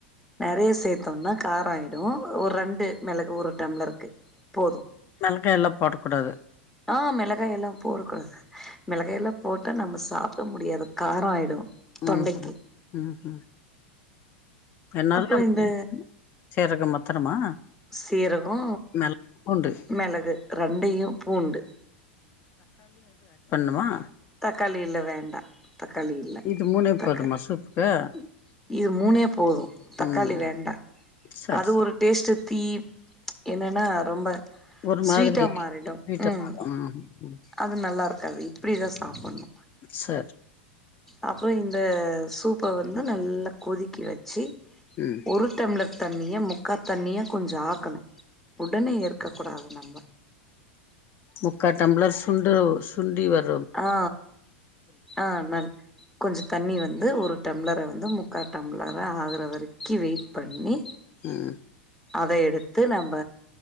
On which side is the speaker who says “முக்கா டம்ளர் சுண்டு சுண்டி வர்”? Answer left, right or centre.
Left